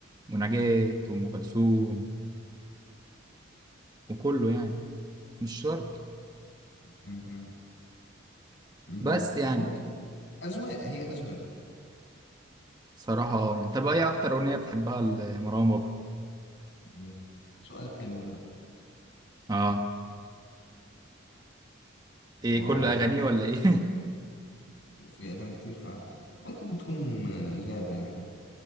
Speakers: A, on the right (about 20°); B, on the left (about 65°).
A: ونجاة وام كلثوم وكله يعني مش شرط
B: مهم. مم.
A: بس يعني
B: ممكن اذواق هي اذواق
A: صراحه اه يعني طب ايه اكتر اغنيه بتحبها لمروان بابلو
B: <clears throat> سؤال حلو ده
A: اه ايه
B: واو
A: كل اغانيه ولا ايه
B: في اغاني كتير فاهم ممكن تكون غابة يعني